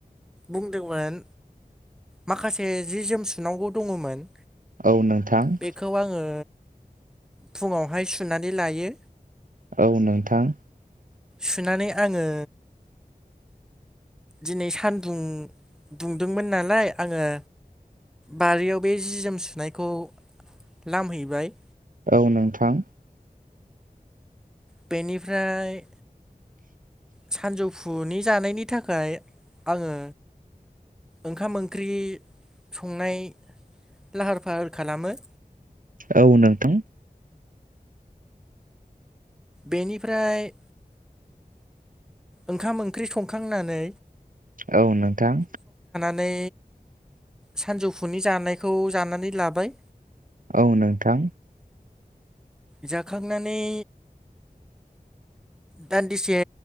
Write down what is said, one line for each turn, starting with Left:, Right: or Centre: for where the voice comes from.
Centre: बुंदोंमोन माखासे जि जोम सुनांगौ दङमोन
Right: औ नोंथां
Centre: बेखौ आङो फुङावहाय सुनानै लायो
Right: औ नोंथां।
Centre: सुनानै आङो। दिनै सानदुं दुंदोंमोन नालाय आङो बारियाव बे जि जोम सुनायखौ लामहैबाय।
Right: औ नोंथां।
Centre: बेनिफ्राय। सानजौफुनि जानायनि थाखाय आङो ओंखाम ओंख्रि संनाय लाहार फाहार खालामो।
Right: औ नोंथां।
Centre: बेनिफ्राय ओंखाम ओंख्रि संखांनानै
Right: औ नोंथां
Centre: नै सानजौफुनि जानायखौ जानानै लाबाय।
Right: औ नोंथां।
Centre: जाखांनानै दान्दिसे